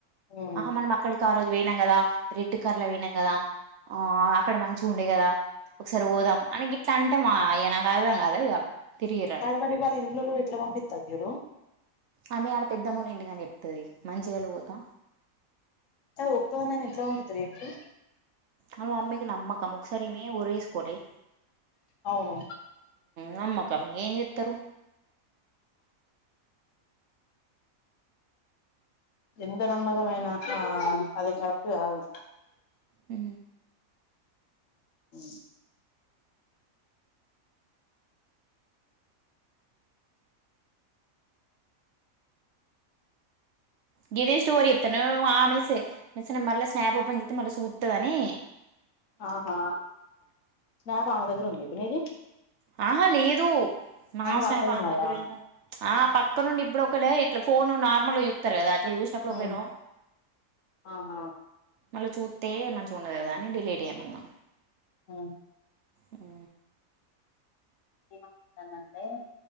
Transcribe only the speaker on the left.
ఉమ్
కాదు మరి వాళ్ళ ఇంట్లోలు ఎట్లా పంపిత్తరు చూడు
అది ఒక్క దాన్నేన ఎట్లా పంపిత్తరు చెప్పు
అవును
ఎంత నమ్మకమయినా ఆ అది కరెక్ట్ గాదు
అ
ఆహా స్నాప్ అమ దగ్గరుందా ఇప్పు నీది
పక్కన
ఉన్నదా
ఉమ్ ఆహా
ఆ
ఏమనుకుంటానునంటే